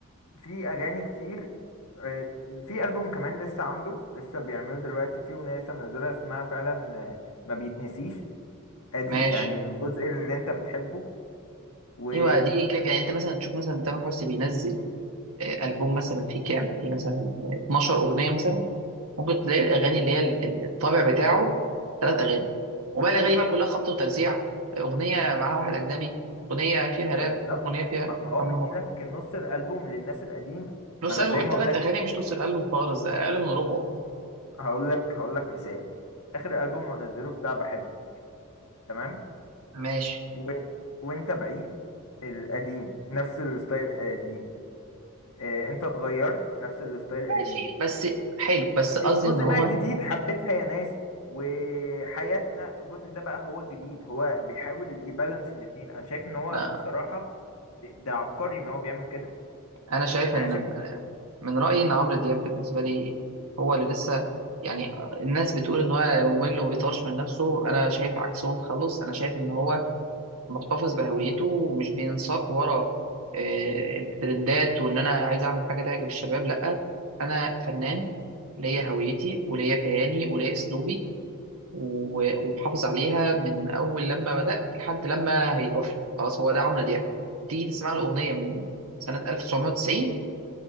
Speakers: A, on the left (about 75°); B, on the right (about 80°).
A: في اغاني كتير أه في البوم كمان لسه عامله لسه بيعمله دلوقتي في اغنيه لسه منزلها اسمها فعلا آه، ما بيتنسيش ادي
B: ماشي
A: يعني الجزء اللي انت بتحبه و...
B: ايوه دي كده يعني انت مثلا تشوف مثلا تامر حسني بينزل آه، البوم مثلا فيه كام فيه مثلا آه، 12 اغنيه مثلا ممكن تلاقي الاغاني اللي هي ال- ال- الطابع بتاعه ثلاث اغاني وبقى الاغاني بقى كلها خبط وترزيع آه، اغنيه معاها واحد اجنبي اغنيه فيها راب
A: آه، بالظبط
B: اغنيه فيها
A: ما ما هو
B: اما
A: مديلك
B: هو
A: نص الالبوم للناس القديمه
B: نص
A: ما انا
B: البوم
A: زي
B: انت
A: ما
B: ثلاث
A: قلت لك
B: اغاني مش نص الالبوم خالص ده اقل من ربعه
A: هقول لك هقول لك مثال اخر البوم منزله بتاع بحبك تمام
B: ماشي
A: و... وانت بعيد القديم نفس الستايل القديم آه، انت اتغيرت نفس الستايل القديم
B: ماشي بس حلو بس قصدي
A: الجزء
B: ان هو
A: بقى الجديد حبيتها يا ناس وحياتنا الجزء ده بقى هو الجديد هو بيحاول يبالانس الاتنين انا شايف ان هو
B: آه،
A: بصراحه ده عبقري ان هو بيعمل كده
B: انا شايف ان
A: يعني
B: من رأيي إن عمرو دياب بالنسبة لي هو اللي لسه يعني الناس بتقول إن هو ممل وما بيطورش من نفسه أنا شايف عكسهم خالص أنا شايف إن هو محتفظ بهويته ومش بينساق ورا آه، الترندات وإن أنا عايز أعمل حاجة تعجب الشباب لأ أنا فنان ليا هويتي وليا كياني وليا أسلوبي و- ومحافظ عليها من أول لما بدأت لحد لما هيتوفى خلاص هو ده عمرو دياب تيجي تسمع له أغنية من سنة 1990